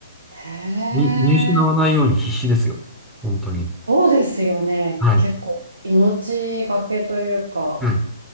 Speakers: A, on the right; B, in the centre.
A: へえ、
B: に、見失わないように必死ですよ。本当に。
A: そうですよね。
B: はい。
A: 結構命がけというか、
B: はい。